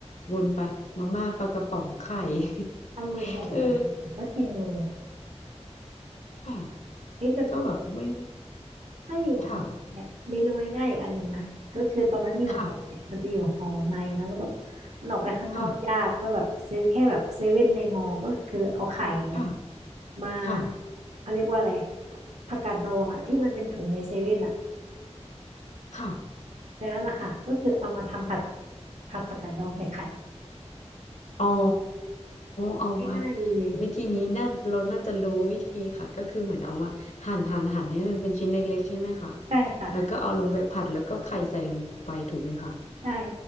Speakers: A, on the left; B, on the right.
A: วนไปมาม่าปลากระป๋องไข่
B: ทำบ่อยๆค่ะแล้วก็กินมือ
A: <laughs> เออค่ะ
B: เฮ้ยแต่
A: ก็แบบไม่
B: ถ้าอยู่หอเนี่ยเมนูง่ายๆอีกอันหนึ่งนะก็คือตอนนั้นอยู่หอเนี่ยมันจะอยู่หอในเนาะแล้วแบบ
A: ค่ะค่ะ
B: มันออกไปข้างนอกยากก็แบบซื้อแค่แบบเซเว่นในมอก็คือเอาไข่เนี่ย
A: ค่ะค่ะ
B: มา
A: ค่ะ
B: เขาเรียกว่าอะไรผักกาดดองอะที่มันเป็นถุงในเซเว่นอะ
A: ค่ะ
B: แล้วล่ะค่ะก็คือเอามาทำผัดผัดผักกาดดองใส่ไข่
A: อ๋อเอามา
B: ง่ายๆเลย
A: วิธีนี้น่าเราน่าจะรู้วิธีค่ะก็คือเหมือนเอามาหั่นหั่นหั่นให้มันเป็นชิ้นเล็กๆใช่ไหมคะ
B: ใช่ค่ะ
A: แล้วก็เอาลงไปผัดแล้วก็ไข่ใส่ลงไปถูกไหมคะ
B: ใช่